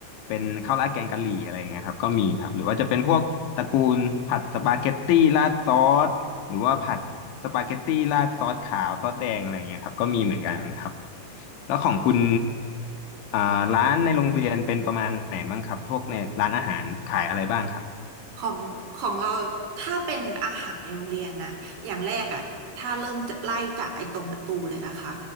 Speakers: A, on the left; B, on the right.
A: เป็นข้าวราดแกงกะหรี่อะไรเงี้ยครับก็มีครับหรือว่าจะเป็นพวก ตระกูลผัดสปาเกตตี้ราดซอสหรือว่าผัดสปาเกตตี้ราดซอสขาวซอสแดงอะไรเงี้ยครับก็มีเหมือนกันครับแล้วของคุณอ่าร้านในโรงเรียนเป็นประมาณไหนบ้างครับพวกในร้านอาหารขายอะไรบ้างครับ
B: ของของเราถ้าเป็นอาหารในโรงเรียนน่ะอย่างแรกอ่ะถ้าเริ่มจะไล่จากไอ้ตรงประตูเลยนะคะ